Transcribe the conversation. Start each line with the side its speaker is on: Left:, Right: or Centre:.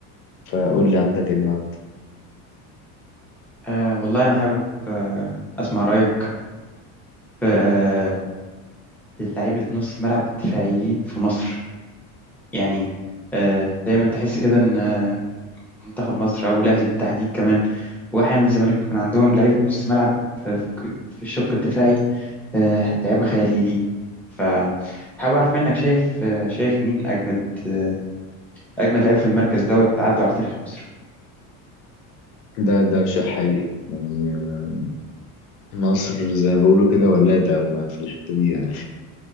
Left: فقول لي عندك ايه النهارده
Centre: آه والله انا حابب آه اسمع رايك في آه لعيبه نص الملعب الدفاعيين في مصر يعني آه دايما تحس كده ان آه، منتخب مصر او الاهلي بالتحديد كمان واحيانا الزمالك بيكون عندهم لعيبه نص ملعب في في في الشق الدفاعي آه لعيبه خياليه دي فحابب اعرف منك شايف آه شايف مين اجمد آه اجمد لعيب في المركز دوت عدوا على تاريخ مصر
Left: ده ده شيء حقيقي يعني آه، مصر زي ما بيقولوا كده ولاده في الحته دي يعني